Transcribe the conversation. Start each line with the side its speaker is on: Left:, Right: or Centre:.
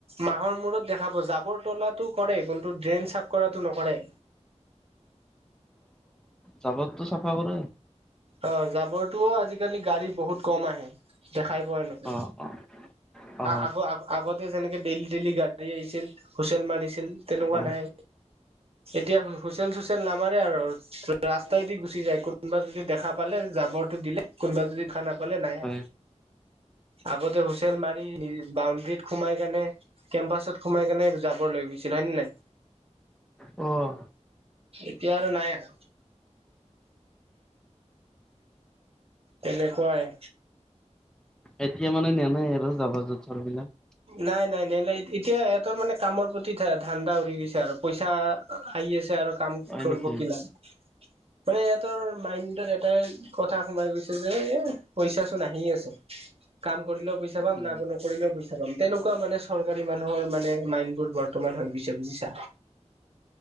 Right: মাহৰ মূৰত দেখাব জাবৰ তলাটো কৰে কিন্তু ড্ৰেইন চাফ কৰাটো নকৰে।
Centre: জাবৰতো চাফা কৰে।
Right: অ জাবৰতো আজিকালি গাড়ী বহুত কম আহে দেখাই পোৱা নেজাই।
Centre: অ', অ'। অ',
Right: আগ আগতে যেনেকে ডেইলি ডেইলি গা ধুই আহিছিল। হুচেল মাৰিছিল তেনেকুৱা
Centre: হয়,
Right: নাই। এতিয়া হুইচেল চুইচেল নামাৰে আৰু ৰাস্তাইদি গুচি যায়। কোনোবা- যদি দেখা পালে জাবৰটো দিলে কোনোবা যদি দেখা নাপালে নাই।
Centre: হয়।
Right: আগতে হুইছেল মাৰি বাউণ্ডেৰীত সোমাই কেনে- কেম্পাচত সোমাই কেনে জাবৰ লৈ গৈছিল হয় নে নাই।
Centre: অঁহ।
Right: এতিয়া আৰু নাই আৰু। তেনেকুৱাই।
Centre: এতিয়া মানে নিনিয়ে আৰু জাবৰ-জোথৰ বিলাক।
Right: নাই নাই নাই নিনিয়ে। এতিয়া ইহঁতৰ মানে কামৰ প্ৰতি ধান্ধা উৰি গৈছে আৰু পইচা- আহি আছে আৰু কাম
Centre: হয়
Right: কৰিব
Centre: নেকি?
Right: কি নাই। মানে ইহঁতৰ মাইণ্ডত এটাই কথা সোমাই গৈছে যে এ পইচা চোন আহি আছে। কাম কৰিলেও পইচা পাম
Centre: উম,
Right: নকৰিলেও পইচা- পাম, তেনেকুৱা মানে চৰকাৰী মানুহৰ মানে মাইন বোৰ বৰ্তমান হৈ গৈছে বুজিছা।